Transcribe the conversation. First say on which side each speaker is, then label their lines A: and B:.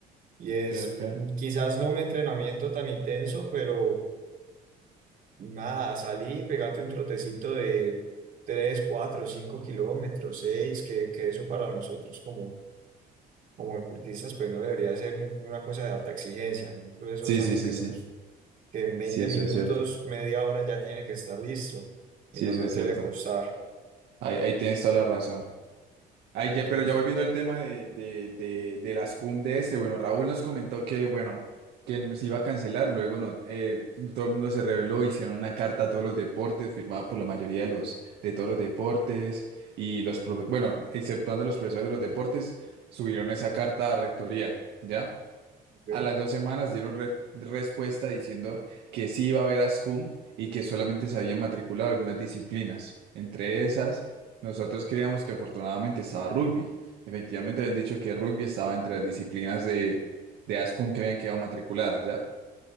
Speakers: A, on the right (about 55°); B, on the right (about 75°).
A: y
B: Ok,
A: es
B: ok.
A: mm, quizás no un entrenamiento tan intenso, pero nada, salí, pegate un trotecito de 3 4 5 kilómetros, 6 que, que eso para nosotros como como deportistas, pues no debería ser un- una cosa de alta exigencia, ¿no? Entonces eso
B: Sí,
A: es algo
B: sí, sí,
A: que
B: sí.
A: nos, que en veinte
B: Sí, eso
A: minutos,
B: es cierto.
A: media hora ya tiene que estar listo y
B: Sí,
A: no
B: eso
A: nos
B: es cierto.
A: debe costar.
B: Ahí, ahí tienes toda la razón. Ahí
A: Entonces,
B: ya, pero ya volviendo al tema de, de, de, de las cum de este, bueno, Raúl nos comentó que, bueno, que se iba a cancelar, luego no, eh, todo el mundo se reveló, hicieron una carta a todos los deportes, firmada por la mayoría de los, de todos los deportes, y los profe- bueno, exceptuando los profesores de los deportes, subieron esa carta a rectoría, ¿ya?
A: ok,
B: A las dos semanas dieron re- respuesta diciendo que sí iba a haber ASCUM y que solamente se habían matriculado algunas disciplinas. Entre esas, nosotros creíamos que afortunadamente estaba rugby. Efectivamente, habían dicho que rugby estaba entre las disciplinas de, de ASCUM que habían quedado matriculadas, ¿ya?